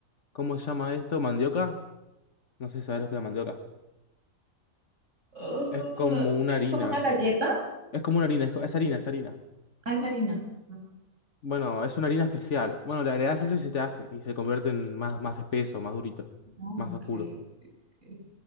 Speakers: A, on the left; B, on the right.
A: ¿Cómo se llama esto? ¿Mandioca? No sé si sabes lo que es la mandioca.
B: Oh,
A: Es como una
B: es
A: harina.
B: como una galleta.
A: Es como una harina, es, es harina, es harina.
B: Ah, es harina. Ah,
A: Bueno, es una harina especial. Bueno, le agregas eso y se te hace. Y se convierte en más, más espeso, más durito,
B: ok,
A: más oscuro.
B: ok, ok.